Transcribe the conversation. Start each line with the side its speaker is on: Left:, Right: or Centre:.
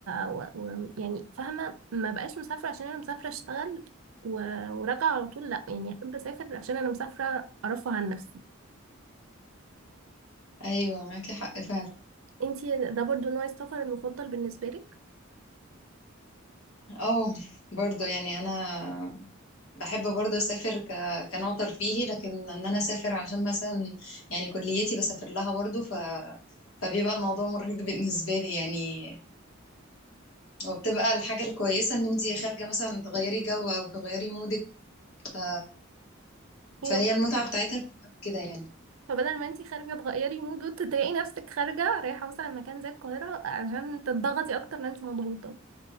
Right: و... و... يعني فاهمه ما بقاش مسافره عشان انا مسافره اشتغل و... وراجعه على طول لا يعني احب اسافر عشان انا مسافره ارفه عن نفسي
Left: أيوة معاكي حق فعلا
Right: انتي ده برضو نوع السفر المفضل بالنسبه لك
Left: اه برضو يعني انا بحب برضو اسافر ك... كنوع ترفيهي لكن ان انا اسافر عشان مثلا يعني كليتي بسافر لها برضو ف... فبيبقى الموضوع مرهق <laughs> بالنسبة لي يعني وبتبقى الحاجة الكويسة ان انتي خارجة مثلا تغيري جو او تغيري مودك ف...
Right: ايوه
Left: فهي المتعة بتاعتها بتبقى في كده يعني
Right: فبدل ما انتي خارجه تغيري مود وتلاقي نفسك خارجه رايحه مثلا مكان زي القاهره عشان تضغطي اكتر ما انتي مضغوطه